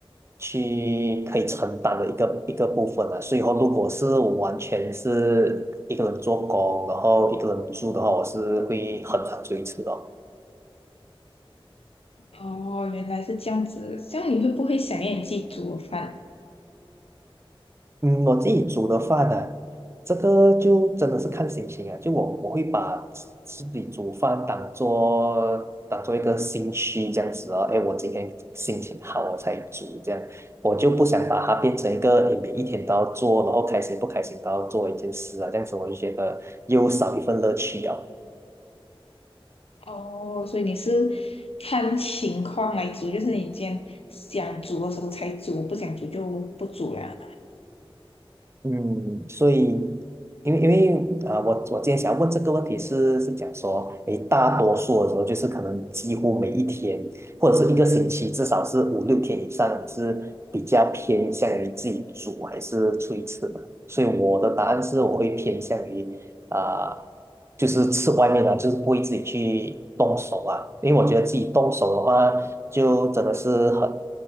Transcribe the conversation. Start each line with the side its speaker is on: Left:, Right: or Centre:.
Right: 去可以承担的一个一个部分啊。所以说，如果是我完全是一个人做工，然后一个人住的话，我是会很常追吃的。
Left: 哦，原来是这样子。这样你会不会想念你自己煮的饭？
Right: 嗯，我自己煮的饭呢、啊这个就真的是看心情啊。就我我会把自自己煮饭当做当做一个兴趣这样子哦。哎，我今天心情好，我才煮这样，我就不想把它变成一个诶每一天都要做，然后开心不开心都要做一件事啊。这样子我就觉得又少一份乐趣啊。
Left: 哦，所以你是看情况来煮，就是你今天想煮的时候才煮，不想煮就不煮了。
Right: 嗯，所以，因为因为啊、呃我我今天想要问这个问题是是讲说，诶，大多数的时候就是可能几乎每一天或者是一个星期，至少是五六天以上，你是比较偏向于自己煮还是出去吃嘛？所以我的答案是，我会偏向于啊、呃就是吃外面的，就是不会自己去动手啊，因为我觉得自己动手的话，就真的是很